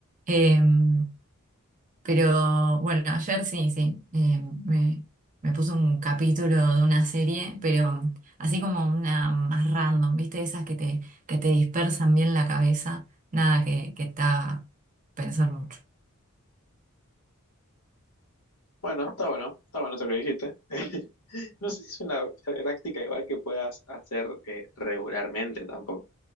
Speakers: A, on the right; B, on the left.
A: Em, pero bueno, ayer sí, sí, eh, me, me puse un capítulo de una serie, pero así como una más random, ¿viste? Esas que te, que te dispersan bien la cabeza, nada que, que te haga pensar mucho.
B: Bueno, está bueno, está bueno eso que dijiste. <laughs> No sé si es una práctica igual que puedas hacer eh, regularmente tampoco.